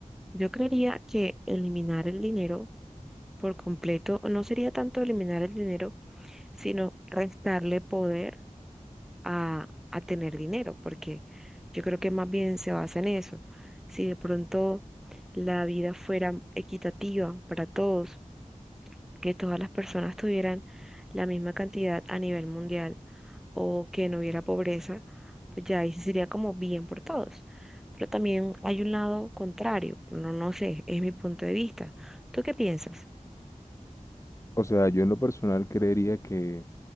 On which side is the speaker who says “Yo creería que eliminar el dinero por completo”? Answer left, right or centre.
Centre